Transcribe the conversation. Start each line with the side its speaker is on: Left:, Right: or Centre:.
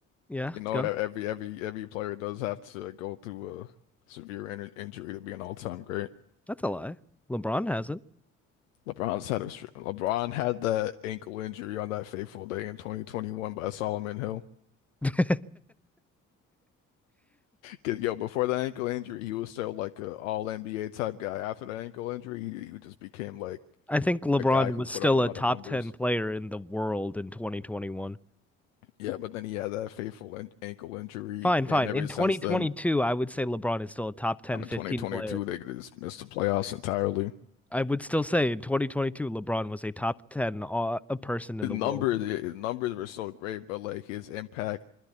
Centre: yeah,
Left: You know,
Centre: go.
Left: e- every every every player does have to go through a severe in injury to be an all-time great.
Centre: That's a lie. LeBron hasn't.
Left: LeBron's had a str- LeBron had that ankle injury on that fateful day in 2021 by Solomon Hill.
Centre: <laughs>
Left: 'Cause, Yo, before that ankle injury, he was still like a all NBA type guy. After that ankle injury, he, he just became like
Centre: I think LeBron
Left: a guy who
Centre: was
Left: put
Centre: still
Left: up a lot
Centre: a top
Left: of numbers.
Centre: 10 player in the world in 2021.
Left: Yeah, but then he had that fateful an ankle injury,
Centre: Fine, fine.
Left: and ever
Centre: In 2022,
Left: since then,
Centre: I would say LeBron is still a top 10,
Left: I mean,
Centre: 15
Left: 2022,
Centre: player.
Left: they just missed the playoffs entirely.
Centre: I would still say in 2022, LeBron was a top 10 uh, a person
Left: his
Centre: in the
Left: numbers
Centre: world.
Left: yeah, his numbers were so great, but like his impact,